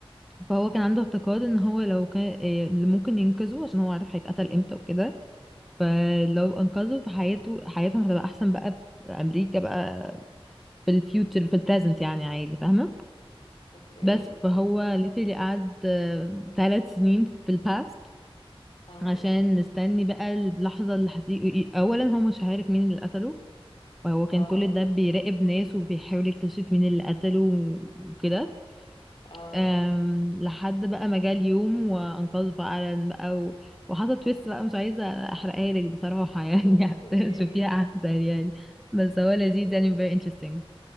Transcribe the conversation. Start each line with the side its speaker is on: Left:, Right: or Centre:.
Centre: فهو كان عنده اعتقاد ان هو لو كان إيه اللي ممكن ينقذه عشان هو عارف هيتقتل امتى وكده فلو انقذه فحياته حياتهم هتبقى احسن بقى في امريكا بقى في الفيوتشر
Left: أمم.
Centre: في البريزنت يعني عادي فاهمه
Left: اوكي
Centre: بس فهو ليتلي قعد ثلاث سنين في الباست
Left: اه
Centre: عشان مستني بقى اللحظه اللي هتيجي اولا هو مش عارف مين اللي قتله فهو كان
Left: اه
Centre: كل ده بيراقب ناس وبيحاول يكتشف مين اللي قتله وكده
Left: اه
Centre: أم، لحد بقى ما جه اليوم وانقذه فعلا بقى و... وحصل تويست بقى مش عايزه احرقها لك بصراحه يعني
Left: اوكي
Centre: <laughs> عشان تشوفيها احسن
Left: <laughs>
Centre: يعني بس هو لذيذ
Left: آه.
Centre: يعني very interesting